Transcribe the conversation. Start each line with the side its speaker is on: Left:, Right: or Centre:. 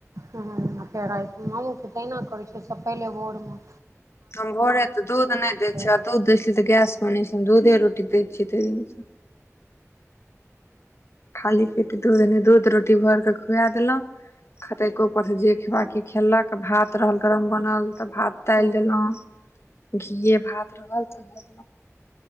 Right: हँ तऽ तहिना करै छै सब पहिले भोर मे
Left: हम भोरे तऽ दूध नय दै
Right: तऽ
Left: छियै आ दूध दै छलियै तऽ गैस बनै छलै हम दूधे रोटी दै छियै ताहि दिन सँ। खाली पेटे दूध नय दूध रोटी भोर कऽ खुआ देलौं। खैतेइ तैए के ऊपर से जे खेबाक रहल खैएलक भात रहल गरम बनल तऽ भात दालि
Right: हुँ
Left: देलहुँ। घीए भात रहल तऽ दऽ